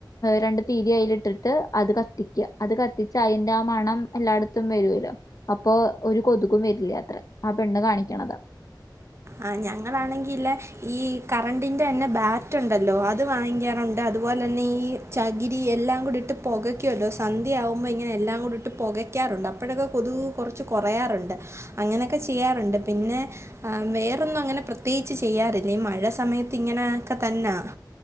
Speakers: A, on the left; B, on the right.
A: രണ്ട് തീരി അയിൽ ഇട്ടിട്ട് അത് കത്തിക്ക. അത് കത്തിച്ച അതിന്റെ ആ മണം എല്ലായിടത്തും വരുൂല്ലോ. അപ്പൊ ഒരു കൊതുകും വരില്ല ത്ര. ആ പെണ്ണ് കാണിക്കണത്.
B: ആ, ഞങ്ങളാണെങ്കിൽല്ല ഈ കറണ്ടിന്റെ തന്നെ ബാറ്റ് ഉണ്ടല്ലോ അത് വാങ്ങിക്കാറുണ്ട്. അതുപോലെ തന്നെ ഈ ചകിരി എല്ലാം കൂടിയിട്ട് പുകയ്ക്കുല്ലോ, സന്ധ്യയാകുമ്പോ ഇങ്ങനെ എല്ലാം കൂടിയിട്ട് പുകയ് പുകയ്ക്കറുണ്ട് അപ്പോഴൊക്കെ കൊതു കുറച്ച് കുറയാറുണ്ട്. അങ്ങനെയൊക്കെ ചെയ്യാറുണ്ട് പിന്നെ ആ, വേറൊന്നും അങ്ങനെ പ്രത്യേകിച്ച് ചെയ്യാറില്ല. ഈ മഴ സമയത്ത് ഇങ്ങനെയൊക്കെ തന്നാ